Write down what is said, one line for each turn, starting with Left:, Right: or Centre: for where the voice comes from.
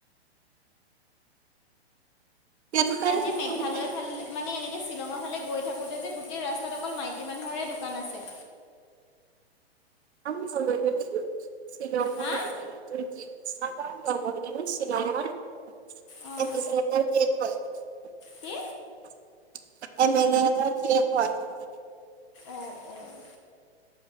Right: সিহঁতে তাই
Left: তাত যে,
Right: সেইটো
Left: মেঘালয়
Right: মানে
Left: ফালে মানে এনেকে শ্বিলঙৰ ফালে গৈ থাকোতে যে, গোট টেই ৰাস্তাত অকল মাইকী মানুহৰে দোকান আছে।
Right: <unintelligible>
Left: হা
Right: শ্বিলঙৰে
Left: অঁ
Right: <unintelligible>
Left: কি অঁ অঁ